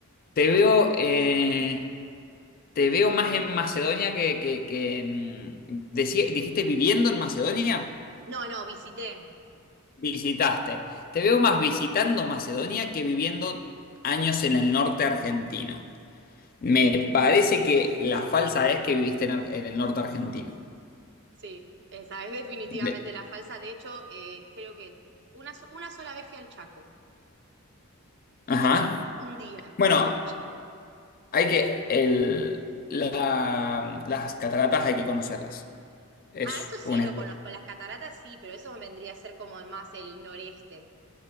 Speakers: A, on the left (about 40°); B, on the right (about 50°).
A: Te veo, eh, te veo más en Macedonia que, que, que en... decí- ¿Dijiste viviendo en Macedonia?
B: No, no, visité.
A: Visitaste. Te veo más visitando Macedonia que viviendo años en el norte argentino. Me parece que la falsa es que viviste en, Ar- en el norte argentino.
B: Sí, esa es definitivamente
A: De-
B: la falsa. De hecho, eh, creo que una, so- una sola vez fui al Chaco,
A: Ajá.
B: un día,
A: Bueno,
B: una noche.
A: hay que... el- la- las cataratas hay que conocerlas. Es
B: Ah, eso sí
A: una...
B: lo conozco, las cataratas sí, pero eso vendría a ser como más el noreste.